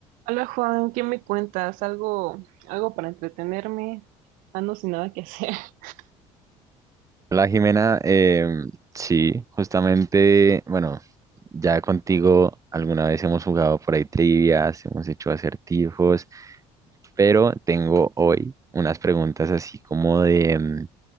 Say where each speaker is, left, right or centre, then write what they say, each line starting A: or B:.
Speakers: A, on the right (about 85°); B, on the right (about 25°).
A: Hola Juan, ¿qué me cuentas? ¿Algo, algo para entretenerme? Ando sin nada que hacer. <laughs>
B: Hola Jimena, Em, sí, justamente, bueno, ya contigo alguna vez hemos jugado por ahí trivias, hemos hecho acertijos, pero tengo hoy unas preguntas así como de, em,